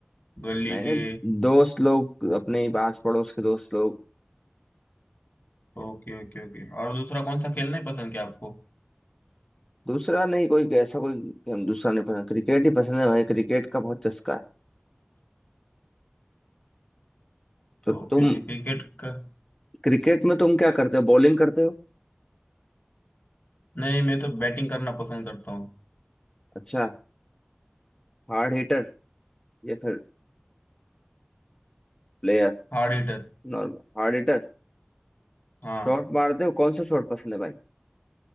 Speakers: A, on the left; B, on the left.
A: गली
B: नहीं
A: के
B: नहीं दोस्त लोग अपने ही पास पड़ोस के दोस्त लोग
A: ओके ओके ओके और दूसरा कौन सा खेलना है पसंद क्या आपको
B: दूसरा नहीं कोई ऐसा कोई कि हम दूसरा नहीं पसंद क्रिकेट ही पसंद है भाई क्रिकेट का बहुत चस्का है तो
A: ओके
B: तुम
A: ओके क्रिकेट का
B: क्रिकेट में तुम क्या करते हो बॉलिंग करते हो
A: नहीं मैं तो बैटिंग करना पसंद करता हूँ
B: अच्छा हार्ड हिटर या फिर player
A: Hard hitter
B: Normal hard hitter
A: हाँ
B: Shot मारते हो कौन सा शॉट पसंद है भाई